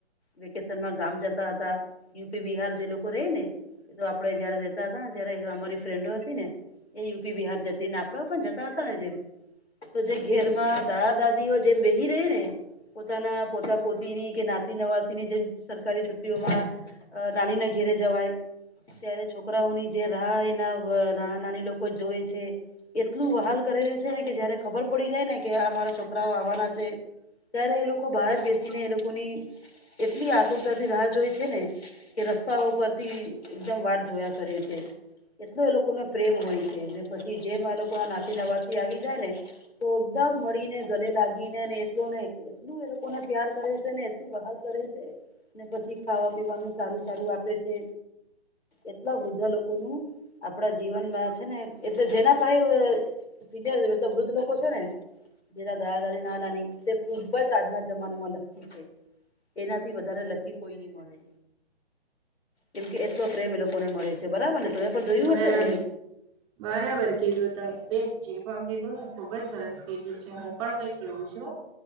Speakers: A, on the left; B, on the right.
A: વેકેશનમાં ગામ જતા હતા. યુપી બિહાર જે લોકો રે ને એ તો આપડે જયારે રેતા હતા ને ત્યારે એ અમારી ફ્રેન્ડો હતી ને એ યુપી બિહાર જતી ને આપડા પણ જતા હતા ને જેમ તો જે ઘેરમાં દાદા દાદીઓ જેમ બેહી રહે ને પોતાના પોતા પોતીની કે નાતિ નવાસી ની જેમ સરકારી છુ્ટીઓમાં અ નાની ના ઘેરે જવાય ત્યારે છોકરાઓની જે રાહ એના વ નાના નાની લોક કો જોવે છે એટલું વહાલ કરે ને છે ને કે જયારે ખબર પડી જાય ને કે આ મારા છોકરાઓ આવવાના છે ત્યારે એ લોકો બહાર જ બેસીને એ લોકોની એટલી આતુરતા થી રાહ જોઈ છે ને કે રસ્તાઓ પરથી એકદમ વાટ જોયા કરે છે. એટલો એ લોકોને પ્રેમ હોય છે અને પછી જેમ આ લોકો આ નાસી નવાથી આવી જાય ને તો એકદમ મળીને ગલે લાગીને અને એટલો ને એટલું એ લોકોને પ્યાર કરે છે ને એટલું વહાલ કરે છે ને પછી ખાવા પીવાનું સારું સારું આપે છે એટલા વૃદ્ધા લોકોનું આપડા જીવનમાં છે ને એટલે જેના પાહે સિનિયર તો વૃદ્ધ લોકો છે ને જેના દાદ દાદી નાના નાની તે ખૂબ જ આજના જમાનામાં લક્કી છે. એનાથી વધારે લક્કી કોઈ ની મળે. કેમ કે એટલો પ્રેમ એ લોકોને મળે છે બરાબર ને તમે પણ જોયું
B: બરા
A: હશે ને.
B: બરાબર કીધું તમે બેન જે પણ કીધું ને ખુબ જ સરસ કીધું છે હું પણ કઈ કેવું છું